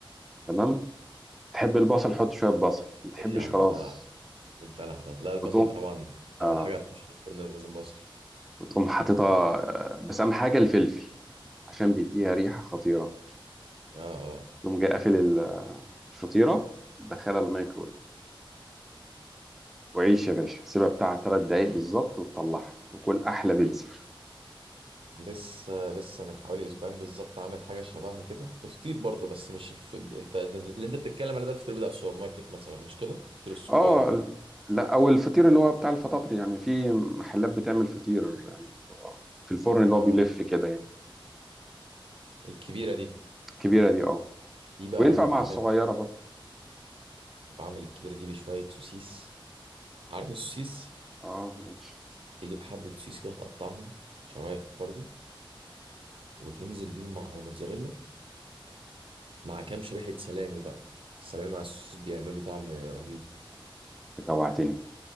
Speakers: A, in the centre; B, on the right.
A: تمام تحب البصل حط شوية بصل ما تحبش
B: ايه يا عم
A: خلاص
B: الدلع ده ايه الدلع ده لا البصل
A: وتقوم
B: طبعا لو
A: آه
B: الحاجه هتخش الفرن لازم بصل
A: وتقوم حاططها آه، بس أهم حاجة الفلفل عشان بيديها ريحة خطيرة
B: اه اه
A: تقوم جاي قافل ال- الفطيرة دخلها الميكرويف وعيش يا باشا سيبها بتاع تلات دقايق بالظبط وتطلعها وكل أحلى بيتزا
B: لسه لسه من حوالي اسبوعين بالظبط عامل حاجه شبهها كده بفطير برضه بس مش الف... انت ده- اللي انت بتتكلم عليه ده الفطير بتاع السوبر ماركت مثلا مش كده الفطير الصغير
A: اه
B: ده
A: ال- لا او الفطير اللي هو بتاع الفطاطري يعني في محلات بتعمل فطير يعني اللي هو في الفرن اللي
B: اه
A: هو بيلف كده يعني
B: الكبيره دي
A: الكبيره دي اه
B: دي بقى
A: وينفع
B: انا
A: مع
B: بعمل
A: الصغيره برضه
B: بعمل الكبيره دي بشويه سوسيس عارف السوسيس
A: اه ماشي
B: تجيب حبه سوسيس كده تقطعهم شرايح برضه وتنزل بيهم مع الموتزاريلا مع كام شريحة سلامي بقى السلامي مع السوسيس بيعملوا طعم رهيب
A: جوعتني